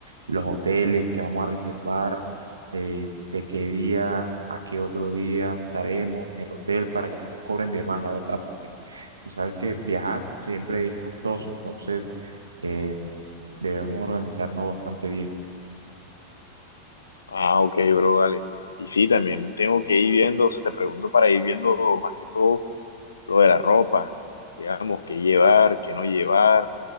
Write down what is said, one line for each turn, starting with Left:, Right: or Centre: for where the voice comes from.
Right: los hoteles que vamos a reservar, eh, de qué día a qué otro día estaremos en el hotel para que no nos cobren de más, la verdad, porque tú sabes que viajar siempre es costoso, entonces... eh, Debemos organizarnos bastante bien.
Left: Ah, ok, bro, dale. Y sí, también tengo que ir viendo, o sea, te pregunto para ir viendo más que todo lo de la ropa, digamos, qué llevar, qué no llevar,